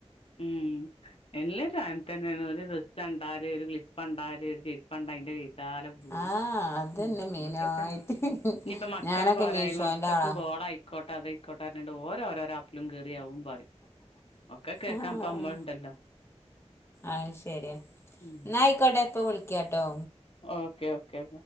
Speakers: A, on the left; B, on the left.
A: ഉം എല്ലരും അങ്ങനെ തന്നെയാണ് ഒരു ഡ്രസ് കണ്ടാല് ഒരു ക്ലിപ്പ് കണ്ടാല് ഒരു ചെരുപ്പ് കണ്ട അതിന്റെ താലെ പോവും
B: ആഹ് അതന്നെ
A: ഉം
B: മെയിനായിട്ട്
A: അതൊക്കെ തന്നെ ഇനിപ്പോ മക്കള
B: ഞാനൊക്കെ
A: പോരായിമ
B: മീഷോന്റെ
A: മക്കക്ക്
B: ആളാ
A: ബോളായി ക്കോട്ടേ അതായിക്കോട്ടെ പറഞ്ഞോണ്ട് ഓരോരോരോ ആപ്പിലും കയറിയവും പറയും ഒക്കെ കേൾക്കാൻ
B: ആഹ്
A: ഇപ്പ നമ്മളിണ്ടല്ലോ
B: അത് ശരിയാ
A: ഉം
B: എന്ന ആയിക്കോട്ടെ ഇപ്പൊ വിളിക്കാട്ടോ
A: ഓക്കേ ഓക്കെ